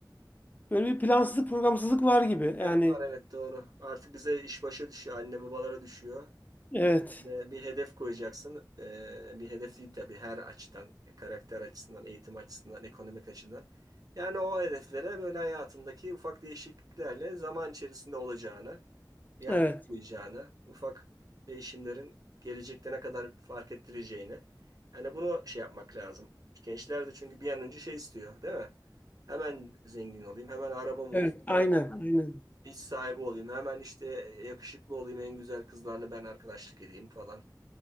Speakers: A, on the left (about 20°); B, on the right (about 55°).
A: böyle bir plansızlık, programsızlık var gibi.
B: Ya
A: Yani
B: var evet doğru. Artık bize iş başa düşüyor. Anne babalara düşüyor.
A: evet,
B: Ve Bir hedef koyacaksın. Ee, bir hedef değil tabii her açıdan, karakter açısından, eğitim açısından, ekonomik açıdan. Yani o hedeflere böyle hayatındaki ufak değişikliklerle zaman içerisinde olacağını, bir anda
A: evet,
B: olmayacağını, ufak değişimlerin gelecekte ne kadar fark ettireceğini. Yani bunu şey yapmak lazım. Gençler de çünkü bir an önce şey istiyor, değil mi? Hemen zengin olayım, hemen arabam
A: evet,
B: olsun, hemen
A: aynen, aynen.
B: iş sahibi olayım, hemen işte yakışıklı olayım, en güzel kızlarla ben arkadaşlık edeyim falan.